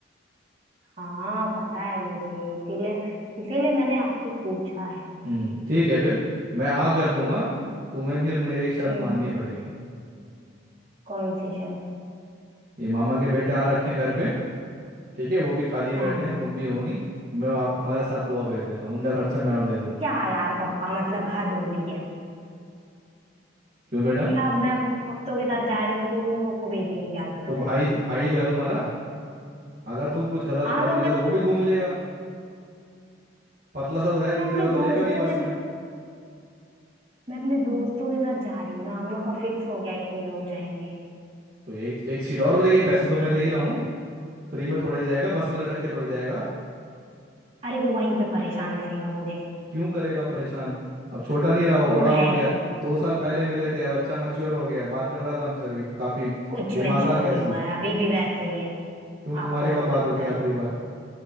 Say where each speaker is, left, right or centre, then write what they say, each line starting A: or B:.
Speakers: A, on the right; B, on the right.
A: हाँ पता है मुझे इसीलिए इसीलिए मैंने आपको पूछा है
B: हम्म ठीक है फिर मैं हाँ कर दूंगा
A: हम्म
B: तुम्हें भी मुझे एक शर्त
A: हम्म,
B: माननी पड़ेगी
A: कौन सी शर्त
B: ये मामा के बेटे आ रखे हैं घर पे ठीक है वो भी खाली बैठे
A: हाँ
B: हैं तुम भी हो नहीं मैं आप तुम्हारे साथ गोवा भेज देता हूँ उनका खर्चा मैं और दे दूंगा
A: क्या यार पप्पा मतलब हद होती है
B: क्यों बेटा
A: म- अब मैं अपने दोस्तों के साथ जा रही हूँ तो उन लोग को भेजने की क्या जरूरत
B: तो
A: है
B: भाई तो भाई जो है तुम्हारा अगर तुम कुछ गलत
A: हाँ
B: कर
A: तो
B: नहीं रहे
A: बट
B: तो वो भी घूम लेगा पतला सा तो है
A: तो मैं
B: इतनी
A: अपने
B: जगह तो
A: दोस्तों
B: लेगा नहीं बस
A: के
B: में
A: मैं अपने दोस्तों के साथ जा रही हूँ ना हम लोग का फिक्स हो गया है, इतने लोग जाएंगे
B: तो एक एक सीट और हो जाएगी पैसे तो मैं दे ही रहा हूँ फ्री में थोड़े जाएगा बस में लटक के थोड़ी जाएगा
A: अरे वो वहीं पे परेशान करेगा मुझे
B: क्यों करेगा परेशान अब छोटा नहीं रहा वो
A: वो
B: बड़ा
A: है
B: हो गया
A: ही
B: है दो साल पहले मिले थे अब अच्छा मैच्योर हो गया है बात कर रहा था हमसे अभी काफी
A: कुछ
B: दिमाग
A: मैच्योर
B: आ गया
A: नहीं
B: इसमें
A: हुआ है अभी भी वैसे ही है
B: क्यों तुम्हारी
A: आपको
B: कब
A: बस लगता
B: बात हुई थी
A: है
B: आखिरी बार